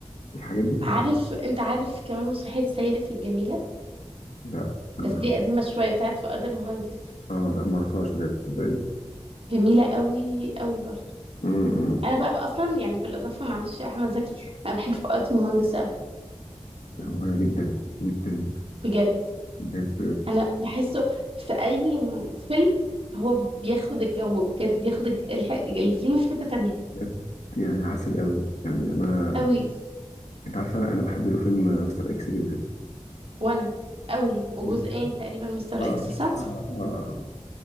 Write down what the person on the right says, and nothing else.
عارف انت عارف كمان مسرحية سيدة الجميلة
بس دي قديمة شوية بتاعت فؤاد المهندس
جميلة قوي قوي برضو
انا بقى, بقى اصلا يعني بالاضافة معلش يا احمد زكي انا بحب فؤاد المهندس قوي
بجد
انا بحسه في اي م- فيلم هو بياخد الجو بجد بياخد الج- الح- الفيلم في حتة تانية
قوي
وانا قوي وجزئين
تقريبا مستر
اكس صح